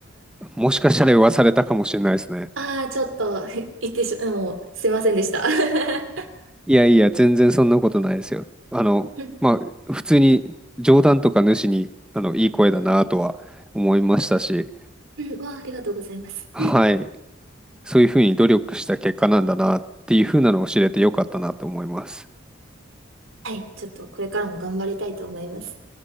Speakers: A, in the centre; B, on the right (about 85°).
A: もしかしたら言わされたかもしれないですね。
B: ああ、ちょっと、へ言ってしまもう、すいませんでした。<laughs>
A: いやいや、全然そんなことないですよ。あの、
B: うん、
A: まあ、普通に冗談とか主に、あの、いい声だなとは思いましたし、
B: <laughs> うん、わあ、ありがとうございます。
A: はい、そういうふうに努力した結果なんだなっていうふうなのを知れてよかったなと思います。
B: はい、ちょっとこれからも頑張りたいと思います。